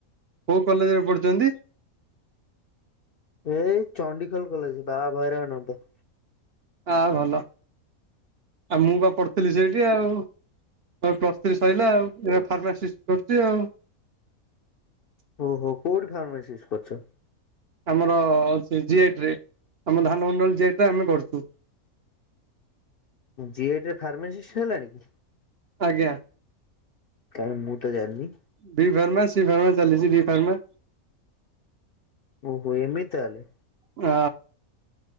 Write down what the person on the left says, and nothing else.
ଏଇ ଚଣ୍ଡିଖୋଲ କଲେଜ ବାହା ଭୈରବାନନ୍ଦ।
ଓହୋ କୋଉଠି ଫାର୍ମାସିଷ୍ଟ କରିଛ?
ଜିଏଟରେ ଫାର୍ମାସିଷ୍ଟ ହେଲାଣି କି?
କାଇଁ ମୁଁ ତ ଜାଣନି।
ଓହୋ ଏମିତି ତାହେଲେ।